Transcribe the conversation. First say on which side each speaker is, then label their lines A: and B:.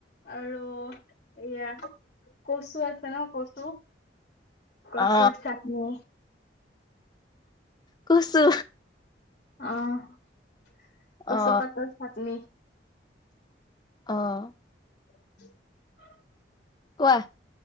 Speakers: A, on the left; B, on the left.
A: আৰু এয়া কচু আছে ন কচু কচুৰ
B: অ
A: চাটনি।
B: কচু
A: অ' কচু
B: অ
A: পাতৰ চাটনি
B: অ'
A: <inaudible>
B: কোৱা